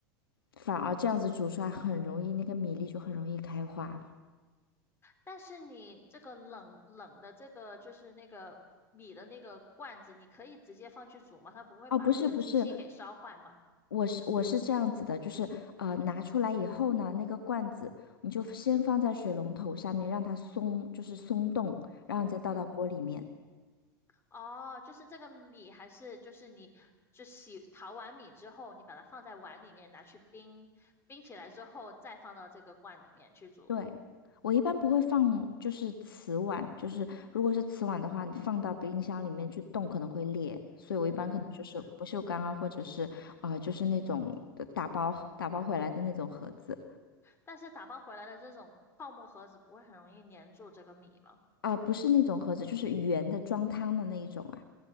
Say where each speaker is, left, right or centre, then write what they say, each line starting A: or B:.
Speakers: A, on the left; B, on the left.
A: 反而这样子煮出来很容易，那个米粒就很容易开花。
B: 但是你这个冷冷的这个就是那个米的那个罐子，你可以直接放去煮吗？它不会把那个机器给烧坏吗？
A: 哦，不是不是，我是我是这样子的，就是呃，拿出来以后呢，那个罐子你就先放在水龙头下面，让它松，就是松动，然后你再倒到锅里面。
B: 嗯。哦，就是这个米还是就是你就洗淘完米之后，你把它放在碗里面拿去冰，冰起来之后再放到这个罐里面去煮。
A: 对，我一般不会放，就是瓷碗，就是如果是瓷碗的话，你放到冰箱里面去冻可能会裂，所以我一般可能就是不锈钢啊，
B: 嗯嗯嗯，
A: 或者是啊呃，就是那种呃打包打包回来的那种盒子，
B: 但是打包回来的这种泡沫盒子不会很容易粘住这个米吗？
A: 啊、呃不是那种盒子，就是圆的装汤的那一种啊。